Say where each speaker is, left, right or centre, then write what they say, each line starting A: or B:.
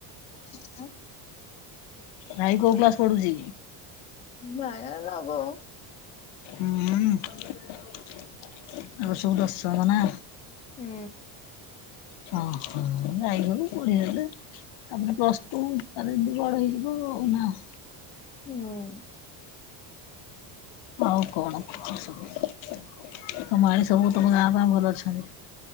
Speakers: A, on the left; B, on the left.
A: ହଁ <unintelligible>
B: ଭାଇ କୋଉ କ୍ଲାସ ପଡୁଚି?
A: ଭାଇ ର ନଵମ।
B: ହୁଁ ଆଉ ସବୁ ଦଶମ ନା।
A: ହୁଁ।
B: ହ ହ ନାଇମ କୋଡ଼ିଏ ହଜାର। ତାପରେ ପ୍ଲସ ଟୁ ତାଲେ ଏମିତି ବଡ ହେଇଯିବ ଆଉ ନା।
A: ହୁଁ।
B: ଆଉ କଣ କୁହାସବୁ ତମଆଡେ ସବୁ ତମ ଗାଁ ଫାଁ ଭଲ ଅଛନ୍ତି?